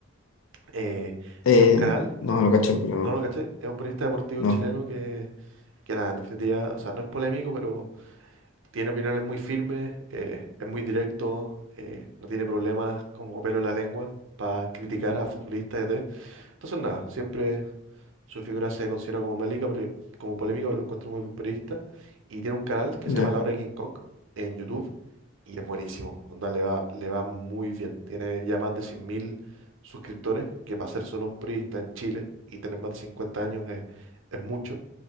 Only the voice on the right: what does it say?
eh,
tiene un canal
No lo cachai, es un periodista deportivo
chileno que, que nada, en definitiva, o sea, no es polémico, pero tiene opiniones muy firmes, eh, es muy directo, eh, no tiene problemas como pelo en la lengua para criticar a futbolistas y a entonces, nada, siempre su figura se considera como mélica, pero, como polémica, pero lo encuentro muy buen periodista. Y tiene un canal que
se llama La Hora de King Kong en YouTube y es buenísimo. Onda, le va, le va muy bien. Tiene ya más de 100.000 suscriptores, que para ser solo un periodista en Chile y tener más de 50 años es, es mucho